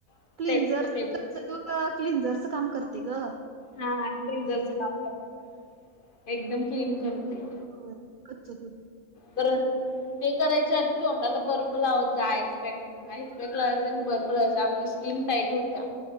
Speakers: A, on the left; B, on the right.
A: स्टेप
B: क्लिंजर
A: टू स्टेप
B: क तू क्लिंझरचं काम करते गं.
A: हा क्लीनजर कामं करते एकदम क्लीन करते.
B: हो कच्चो दुध.
A: तर ते करायच्या आधी तोंडाला बर्फ लावतं जा आईस पॅक. आईस पॅक लावायचा आणि बर्फ लावायचा आपली स्किन टाईट होत्या.